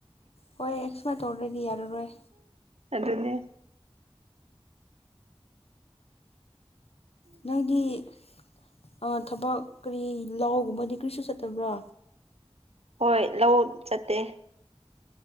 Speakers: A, on the left; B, on the right.
A: ꯍꯣꯏ ꯁꯨꯃꯥꯏꯅ ꯇꯧꯔ ꯒꯗꯤ ꯌꯥꯔꯔꯣꯏ
B: ꯑꯗꯨꯅꯦ
A: ꯅꯪꯢꯘꯤ ꯑ ꯊꯕꯛ ꯀꯔꯤ ꯂꯥꯎꯒꯨꯝꯕꯗꯤ ꯀꯔꯤꯁꯨ ꯆꯠꯇꯕ꯭ꯔꯥ
B: ꯍꯣꯏ ꯂꯧ ꯆꯠꯇꯦ